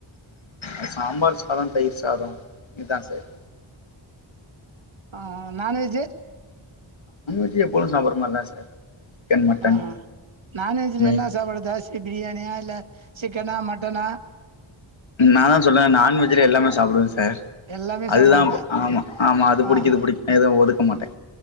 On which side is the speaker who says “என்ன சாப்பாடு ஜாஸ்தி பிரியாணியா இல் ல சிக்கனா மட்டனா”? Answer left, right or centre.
Right